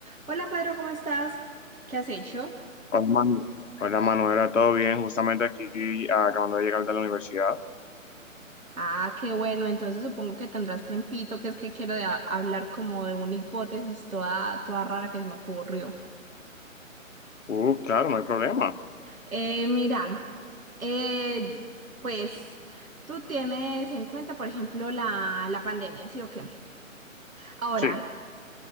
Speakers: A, on the right; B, on the left.
A: Hola Pedro, ¿cómo estás? ¿Qué has hecho?
B: Hola, Manu- Hola Manuela, ¿todo bien? Justamente aquí ah, acabando de llegar de la universidad.
A: Ah, qué bueno, entonces supongo que tendrás tiempito, que es que quiero de- hablar como de una hipótesis toda, toda rara que se me ocurrió.
B: Uh, claro, no hay problema.
A: Eh, mira, eh, pues tú tienes en cuenta, por ejemplo, la, la pandemia, ¿sí o qué? Ahora,
B: Sí,